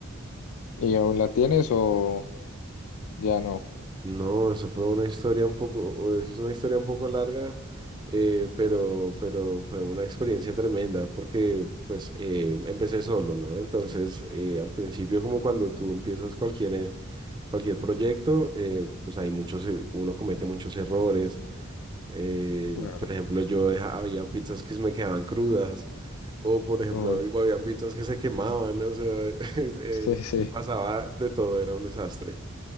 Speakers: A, on the left; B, on the right.
A: ¿Y aún la tienes o ya no?
B: No, eso fue una historia un poco, o es una historia un poco larga, eh, pero, pero fue una experiencia tremenda porque pues eh, empecé solo, ¿no? Entonces, eh, al principio como cuando tú empiezas cualquier, eh, cualquier proyecto, eh, pues hay muchos, eh, uno comete muchos errores Eh,
A: Claro.
B: por ejemplo, yo deja- habían pizzas que se me quedaban crudas, o por ejemplo,
A: Uy.
B: hab- o habían pizzas que se quemaban, o sea, <laughs> es- eh,
A: Sí, sí.
B: pasaba de todo, era un desastre.